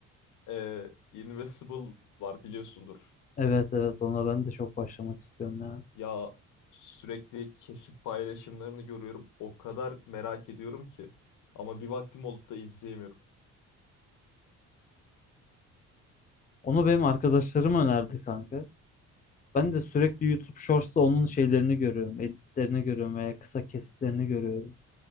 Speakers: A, on the left (about 70°); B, on the left (about 25°).
A: E, Invincible var biliyorsundur.
B: Evet evet ona ben de çok başlamak istiyorum ya.
A: Ya sürekli kesit paylaşımlarını görüyorum. O kadar merak ediyorum ki. Ama bir vaktim olup da izleyemiyorum.
B: Onu benim arkadaşlarım önerdi kanka. Ben de sürekli YouTube Shorts'ta onun şeylerini görüyorum. Editlerini görüyorum veya kısa kesitlerini görüyorum.